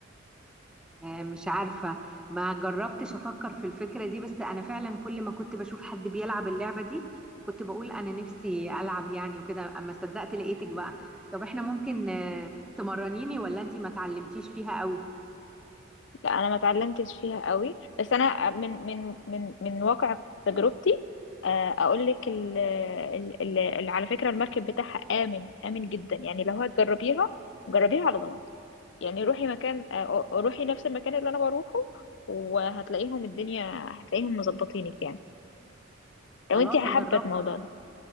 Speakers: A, in the centre; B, on the left (about 60°).
A: آه، مش عارفة ما جربتش أفكر في الفكرة دي بس أنا فعلا كل ما كنت بشوف حد بيلعب اللعبة دي كنت بقول أنا نفسي ألعب يعني وكده أما صدقت لقيتك بقى طب إحنا ممكن آه، تمرنيني ولا أنتي ما تعلمتيش فيها قوي
B: لا أنا ما اتعلمتش فيها قوي بس أنا من من من من واقع تجربتي آه، أقول لك ال ال ال- على فكرة المركب بتاعها آمن آمن جدا يعني لو هتجربيها جربيها على ضمانتي يعني روحي مكان آه، روحي نفس المكان اللي انا بروحه وهتلاقيهم الدنيا هتلاقيهم مظبطينك يعني
A: خلاص
B: لو انت حابه
A: أجربها
B: الموضوع ده